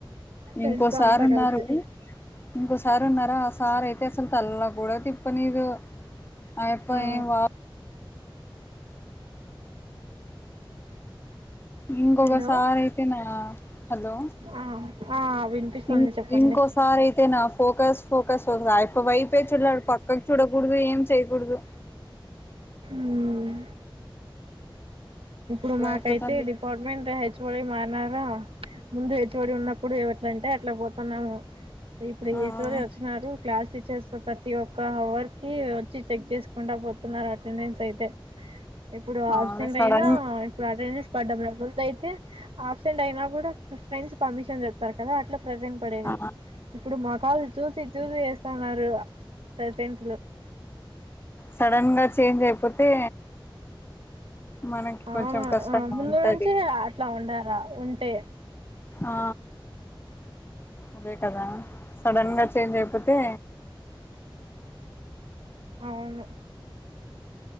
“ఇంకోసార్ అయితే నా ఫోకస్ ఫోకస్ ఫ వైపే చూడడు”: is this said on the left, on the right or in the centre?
Left